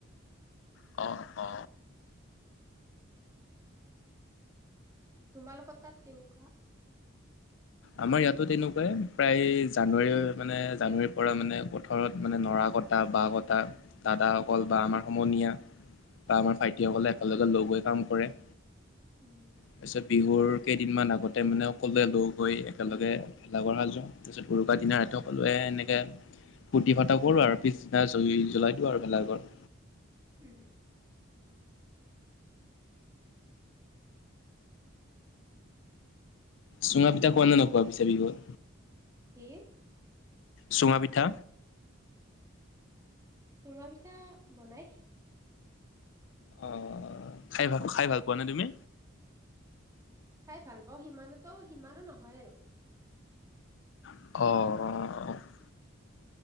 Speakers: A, on the left (about 60°); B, on the right (about 15°).
A: অ, অ।
B: তোমালোকৰ তাত কেনেকুৱা?
A: আমাৰ ইয়াতো তেনেকুৱাই প্ৰায় জানুৱাৰী মানে জানুৱাৰীৰ পৰা মানে পথাৰত মানে নৰা কটা। তাৰপা আকৌ বাঁহ কটা দাদাসকল বা আমাৰ সমনীয়া বা আমাৰ ভাইটিসকলে একেলগে লগ হৈ কাম কৰে।
B: উম,
A: তাৰপিছত বিহুৰ কেইদিনমান আগতে মানে সকলোৱে লগ- হৈ একেলগে ভেলাঘৰ সাজু, তাৰপিছত উৰুকাৰ দিন ৰাতি সকলোৱে এনেকৈ- ফূতি-ফাৰ্তা কৰোঁ আৰু পিছদিনা জ জ্বলাই দিওঁ আৰু ভেলাঘৰ।
B: উম হু,
A: চুঙা পিঠা খোৱা নোখোৱা পিছে বিহুত?
B: হে
A: চুঙা পিঠা,
B: চুঙা পিঠা বনাই।
A: অ' খাই ভা খাই ভাল পোৱা নে তুমি?
B: খাই ভাল পাওঁ, সিমানোতো সিমানো নহয় আৰু।
A: অঁ